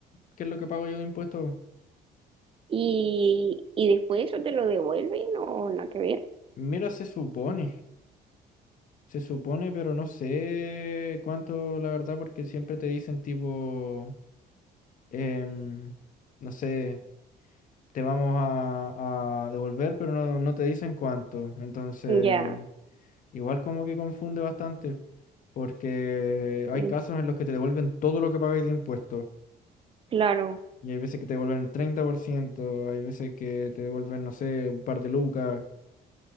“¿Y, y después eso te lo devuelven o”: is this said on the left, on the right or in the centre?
Right